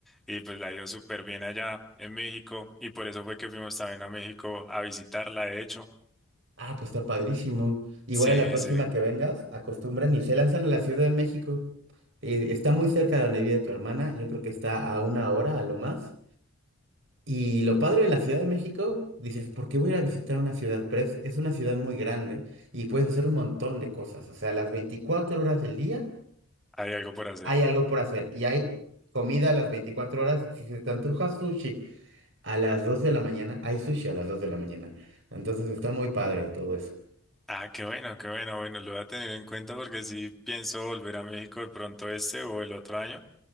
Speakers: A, in the centre; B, on the right.
A: Y pues la dio súper bien allá en México. Y por eso fue que fuimos también a México a visitarla, de hecho.
B: Ah, pues está padrísimo. Igual
A: Sí,
B: a la próxima
A: sí,
B: que vengas, acostumbran y se lanzan a la Ciudad de México. Eh, está muy cerca de donde vive tu hermana. Yo creo que está a una hora a lo más. Y lo padre de la Ciudad de México, dices, ¿por qué voy a ir a visitar una ciudad? Pero es, es una ciudad muy grande y puedes hacer un montón de cosas. O sea, las 24 horas del día
A: hay algo por hacer.
B: hay algo por hacer y hay comida a las 24 horas. Si se te antoja sushi a las 2 de la mañana, hay sushi a las 2 de la mañana. Entonces está muy padre todo eso.
A: Ah, qué bueno, qué bueno. Bueno, lo voy a tener en cuenta porque sí pienso volver a México de pronto este o el otro año.